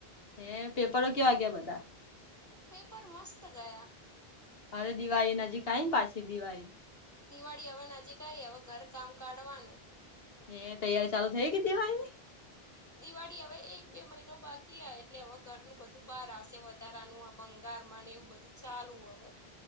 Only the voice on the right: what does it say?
પેપર મસ્ત ગયા.
દિવાળી હવે નજીક આવી. હવે ઘર કામ કાઢવાનું.
દિવાળી હવે એક બે મહિનો બાકી આ. એટલે હવે ઘરનું બધું બહાર આવશે વધારાનું. બંગાળ માં ને એવું બધું ચાલુ હવે.